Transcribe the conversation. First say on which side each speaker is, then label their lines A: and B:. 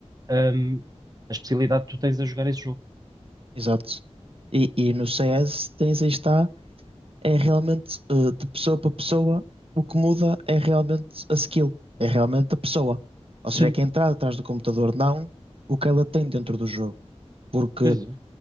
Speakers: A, on the right (about 35°); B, on the right (about 55°).
A: ahm, a especialidade que tu tens a jogar esse jogo.
B: Exato. E, e no CS tens aí está é realmente eh, de pessoa para pessoa, o que muda é realmente a skill, é realmente a pessoa. Ou seja,
A: Sim,
B: é que a entrada atrás do computador, não o que ela tem dentro do jogo. Porque
A: pois é.